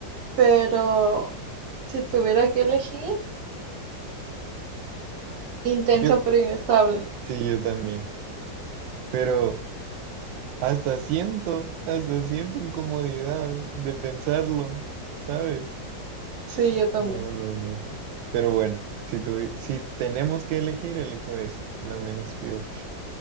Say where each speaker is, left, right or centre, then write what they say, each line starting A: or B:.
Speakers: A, on the right; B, on the right.
A: Pero si tuviera que elegir, intensa
B: Yo,
A: pero inestable.
B: sí, yo también. Pero... Hasta siento, hasta siento incomodidad de pensarlo, ¿sabes?
A: Sí, yo también.
B: No, no, no. Pero bueno, si tuvi- si tenemos que elegir, elijo eso, la menos peor.